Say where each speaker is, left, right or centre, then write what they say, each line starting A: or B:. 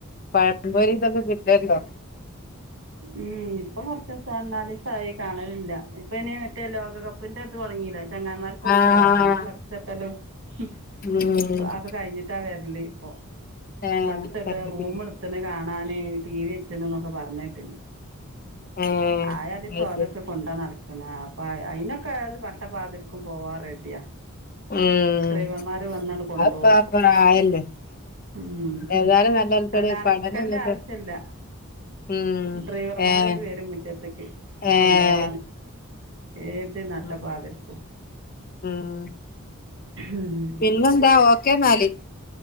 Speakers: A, on the left; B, on the right.
A: പഴമ്പൊരി ഇതൊക്കെ കിട്ടുല്ലോ
B: ഉം ഇപ്പൊ കുറച്ച ദിവസം വന്നാല് നാല് ദിവസാഴി കാണലില്ല ഇപ്പ ഇനി മറ്റേ ലോകകപ്പിന്റെ ഇത് തുടങ്ങിയില്ലെ ചെങ്ങൻമാർ കൊടുക്കലോ
A: ആഹ്
B: അതിന് ഫ്ലക്സ്ട്ടലോക്കെ
A: ഉം
B: കഴിഞ്ഞിട്ടാ വരല് ഓ
A: ഏഹ്
B: ഫ്ലക്സ്ട്ട
A: കറിവേപ്പില
B: റൂമ എടുത്ത് കാണാൻ ടി വി വച്ചൊക്കെ പറഞ്ഞട്ട്
A: ആഹ്
B: ആ അത് സോലൊക്കെ
A: ശരി
B: കൊണ്ടോ നടക്കെണ പ അയിനൊക്കെ അത് നട്ട പാതിരിക്കും പോവാൻറഡിയാ
A: ഉം
B: ഡ്രൈവർമാര് വന്നാണ് കൊണ്ടുപോവും
A: അത്പ്പ പ്രായല്ലേ
B: ഉം
A: ഏതായാലും നല്ലൊരു
B: നടക്കണ്ട
A: പഠനം ഇതൊക്കെ
B: ആവശ്യല്ല
A: ഉം
B: ഡ്രൈവർമാരാണ്
A: ഏഹ്
B: വരും മുറ്റത്തേക്ക്
A: ഏഹ്
B: കൊണ്ടുപോവാൻ ഏത് നട്ട
A: ഉം
B: പാതിരർക്കും
A: ഉം
B: ഉം
A: പിന്നെന്താ ഓക്കേന്നാല്